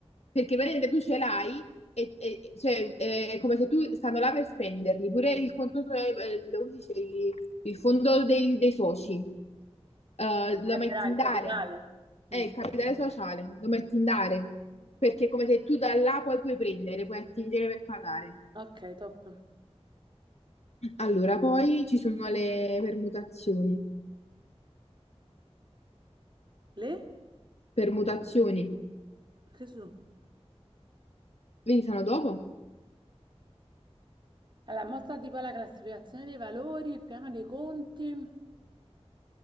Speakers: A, on the left; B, on the right.
A: perché veramente tu ce l'hai e, e- cioè, è come se tu stanno là per spenderli, pure il conto, so- eh, lo dice, il il fondo dei, dei soci, eh, lo
B: Eh,
A: metti
B: bravo,
A: in
B: il
A: dare,
B: capitale.
A: è
B: Mm.
A: il capitale sociale, lo metti in dare, perché è come se tu da là poi puoi prendere, puoi attingere per pagare.
B: Ok, top.
A: Allora, poi ci sono le permutazioni.
B: Le?
A: Permutazioni.
B: Che sono?
A: Vedi, sono dopo.
B: Allora, mostra tipo la classificazione dei valori, il piano dei conti,